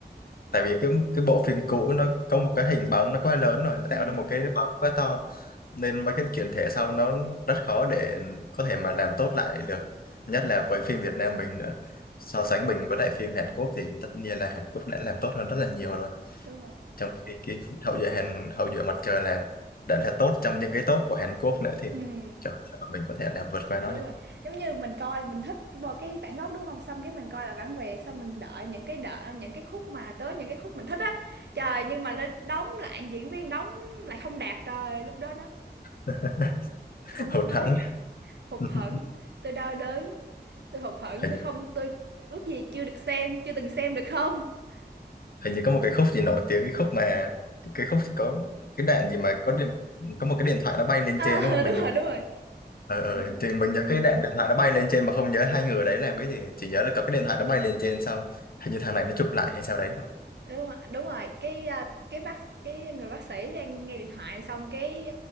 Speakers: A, on the left; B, on the right.
A: tại vì cái cái bộ phim cũ nó có một cái hình bóng nó quá lớn rồi nó
B: Ừm,
A: tạo ra một cái bóng quá to nên mấy cái chuyển thể sau nó rất khó để có thể mà làm tốt lại được nhất là với phim Việt Nam mình nữa so sánh mình với lại phim Hàn Quốc thì tất nhiên là Hàn Quốc đã làm tốt hơn rất là nhiều rồi
B: đúng rồi.
A: trong khi cái hậu duệ Hàn hậu duệ mặt trời là đã là tốt trong những cái tốt của Hàn Quốc nữa thì
B: Ừm.
A: trời sao mà mình có thể làm vượt qua nó
B: Đúng
A: được
B: rồi, giống như mình coi mình thích bo cái bản gốc, đúng không Xong cái mình coi là bản Việt, xong mình đợi những cái đợi những cái khúc mà tới những cái khúc mình thích á. Trời, nhưng mà nó đóng lại diễn viên đóng lại không đạt, trời, lúc đó nó
A: <laughs>
B: không biết
A: hụt
B: nói,
A: hẫng
B: hụt
A: <laughs>
B: hẫng, tôi đau đớn, tôi hụt hẫng,
A: hình
B: tôi không tôi ước gì chưa được xem, chưa từng xem được không? <laughs>
A: hình như có một cái khúc gì nổi tiếng cái khúc mà cái khúc có cái đạn gì mà có điện, có một cái điện thoại nó bay lên
B: Ờ,
A: trên đúng không mình
B: đúng
A: nhớ-
B: rồi, đúng rồi,
A: ờ ờ
B: đ
A: thì mình
B: ừm,
A: nhớ cái đạn điện thoại nó bay lên trên mà không nhớ hai người đấy làm cái gì chỉ nhớ là có cái điện thoại nó bay lên trên xong hình như thằng này nó chụp lại hay sao đấy đúng không?
B: đúng rồi, đúng rồi, cái, à, cái bác cái người bác sĩ đang nghe điện thoại xong cái,